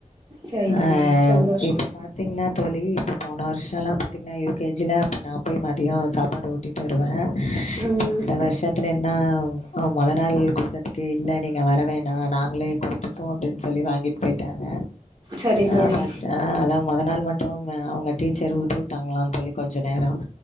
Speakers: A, on the right (about 30°); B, on the left (about 60°).
A: சரி தோழி
B: அஹ்
A: சந்தோஷோ
B: இப்ப பாத் தீங்கன்னா தோழி இப்ப போன வருஷல்லாம் பாத்தீங்கன்னா யு கே ஜி ல அப்ப நான் போய் மதியம் சாப்பாடு ஊட்டிட்டு வருவேன்
A: ம்
B: இப்போ இந்த வருஷத்துல இருந்தான் மொத நாள் கொடுத்ததுக்கே இல்ல நீங்க வரவேணாம் நாங்களே கொடுத்துப்போம் அப்டின்னு சொல்லி வாங்கிட்டு போயிட்டாங்க
A: சரி தோழி
B: அ ஃபஸ்ட் அதான் மொத நாள் மட்டும் அவங்க டீச்சர் ஊட்டி விட்டாங்களா தோழி கொஞ்சம் நேரம்